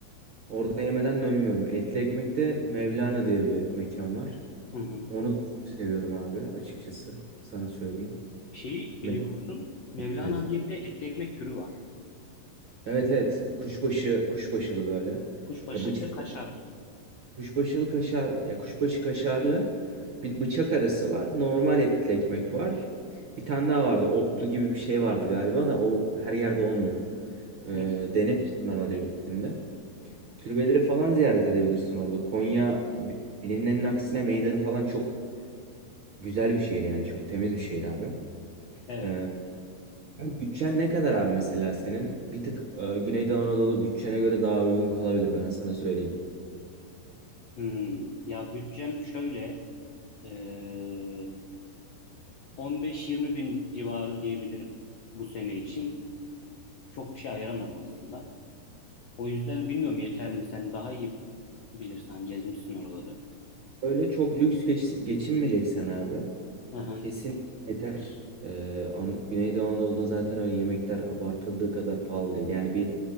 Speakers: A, on the right; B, on the left.
A: Orada yemeden dönmüyorum. Etli Ekmek'te Mevlana diye bir mekan var.
B: Hı hı.
A: Onu da çok seviyorum abi açıkçası. Sana söyleyeyim.
B: Şeyi
A: Mevlana.
B: biliyor musun? Mevlana
A: diyorsun.
B: diye bir de etli ekmek türü var.
A: Evet evet. Kuşbaşı, kuşbaşılı böyle.
B: Kuşbaşı
A: Ya bıçak
B: ve kaşar.
A: Kuşbaşılı kaşar, ya kuşbaşı kaşarlı bir bıçak arası var. Normal etli ekmek var. Bir tane daha vardı. Otlu gibi bir şey vardı galiba da o her yerde olmuyor. Ee,
B: Hı.
A: denemiştim ben oraya gittiğimde. Türbeleri falan ziyaret edebilirsin orada. Konya bilinenin aksine meydanı falan çok güzel bir şehir yani. Çok temiz bir şehir abi.
B: Evet.
A: Ee,
B: evet.
A: yani bütçen ne kadar abi mesela senin? Bir tık e, Güneydoğu Anadolu bütçene göre daha uygun kalabilir ben sana söyleyeyim.
B: Hmm, ya bütçem şöyle Ee, 15-20 bin civarı diyebilirim bu sene için. Çok bir şey ayıramadım aslında. O yüzden bilmiyorum yeter mi? Sen daha iyi bilirsen gezmişsin oraları.
A: Öyle çok lüks geç, geçinmeyeceksen abi.
B: Hı hı.
A: Kesin yeter. Ee, An- Güneydoğu Anadolu'da zaten öyle yemekler abartıldığı kadar pahalı değil. Yani bir